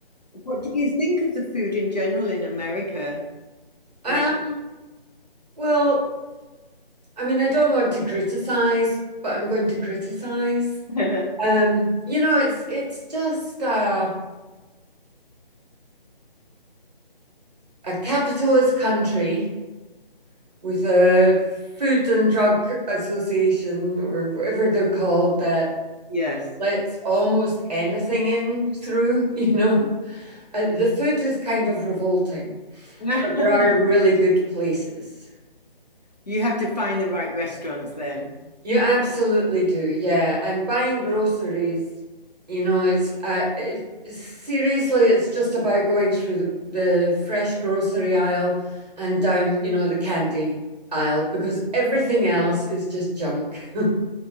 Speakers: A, on the left (about 45°); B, on the right (about 45°).
A: what do you think of the food in general in America?
B: Um,
A: Like,
B: well, I mean, I don't want to criticize, but I'm going to criticize.
A: <laughs>
B: Um, you know, it's it's just uh a capitalist country with a Food and Drug Association or whatever they're called that
A: yes.
B: lets almost anything in through, <laughs> you know. Uh, the food is kind of revolting,
A: <laughs>
B: but there are really good places.
A: You have to find the right restaurants then.
B: You absolutely do, yeah. And buying groceries, you know, it's uh, it, seriously, it's just about going through the the fresh grocery aisle and down, you know, the candy aisle because everything else is just junk. <laughs>